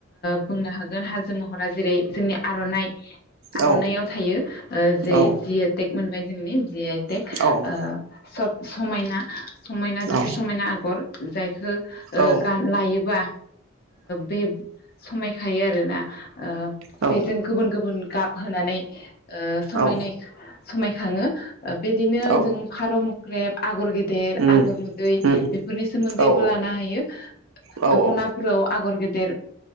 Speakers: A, on the left; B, on the right.
A: जों ओ हागोन हाजो महर जेरै जोंनि आर'नाइ आर'नाइआव
B: औ
A: थायो जे
B: औ
A: जि ए टेक मोनबाय <unintelligible> टेक
B: औ
A: ओ सद समायना समायना जोबोर
B: औ
A: समायना आगर। जायखौ
B: औ
A: गान लायोबा बे खायो आरोना
B: औ
A: बेजों गुबुन गुबुन गाब होनानै समायनाय
B: औ
A: समायखाङो बिदिनो
B: औ
A: जों फार' ग्रेब आगर गिद देर
B: उम
A: आगर मोदै
B: उम
A: बेफोरनि सोमोन्दैबो
B: औ
A: लानो हायो
B: औ
A: दख'नाफोराव
B: औ
A: आगर गेदेर